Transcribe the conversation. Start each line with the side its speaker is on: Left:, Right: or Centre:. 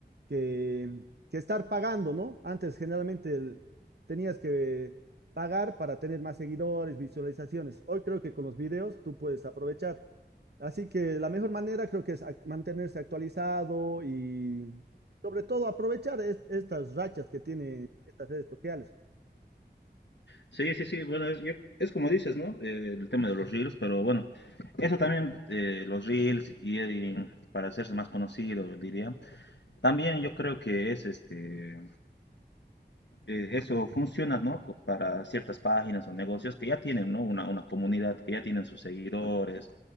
Right: que, que estar pagando, ¿no? Antes generalmente el- tenías que pagar para tener más seguidores, visualizaciones. Hoy creo que con los videos tú puedes aprovechar. Así que la mejor manera creo que es ac- mantenerse actualizado y sobre todo aprovechar es- estas rachas que tiene estas redes sociales.
Left: Sí, sí, sí. Bueno, es, yo- es como dices, ¿no? Eh, el tema de los reels, pero bueno, eso también, eh, los reels y, y para hacerse más conocido, diría. También yo creo que es este, eh, eso funciona, ¿no? Co- Para ciertas páginas o negocios que ya tienen, ¿no? Una, una comunidad, que ya tienen sus seguidores